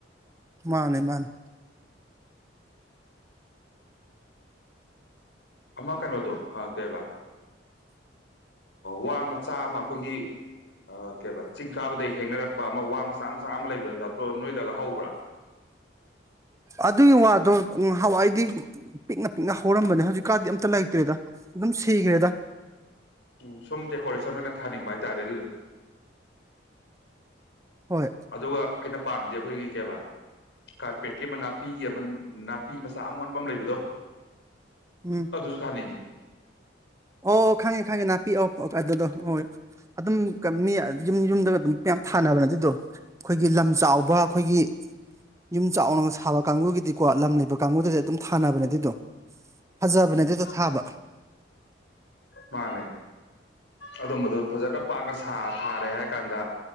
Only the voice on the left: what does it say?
ꯑꯃ ꯀꯩꯅꯣꯗꯣ ꯀꯩꯕ ꯋꯥ ꯃꯆꯥ ꯑꯃ ꯑꯩꯈꯣꯏꯒꯤ ꯀꯩꯕ ꯆꯤꯡ ꯀꯥꯕꯗꯒꯤ ꯍꯦꯡꯅꯔꯛꯄ ꯑꯃ ꯋꯥ ꯃꯆꯥ ꯃꯆꯥ ꯑꯃ ꯂꯩꯕꯗ ꯗꯥꯛꯇ꯭ꯔꯣ ꯅꯣꯏꯗꯒ ꯍꯧꯕ꯭ꯔꯥ
ꯎꯝ ꯁꯨꯝ ꯗꯦꯀꯣꯔꯦꯁꯟ ꯑꯣꯏꯅ ꯊꯥꯅꯤꯡꯕ ꯍꯥꯏꯇꯥꯔꯦ ꯑꯗꯨꯗ
ꯑꯗꯨꯒ ꯑꯩꯅ ꯄꯥꯝꯗꯦ ꯑꯩꯈꯣꯏꯒꯤ ꯀꯩꯕ ꯀꯥꯔꯄꯦꯠꯀꯤ ꯃꯅꯥ ꯄꯤꯒꯕꯞ ꯄꯤ ꯃꯆꯥ ꯑꯃꯣꯟꯕ ꯑꯃ ꯂꯩꯕꯗꯣ
ꯑꯗꯨꯁꯨ ꯊꯥꯅꯤꯡꯉꯤ
ꯎꯝ
ꯃꯥꯅꯦ ꯑꯗꯝꯕꯗ ꯐꯖꯗꯣ ꯄꯥꯛꯅ ꯁꯥ ꯊꯥꯔꯦ ꯍꯥꯏꯔ ꯀꯥꯟꯗ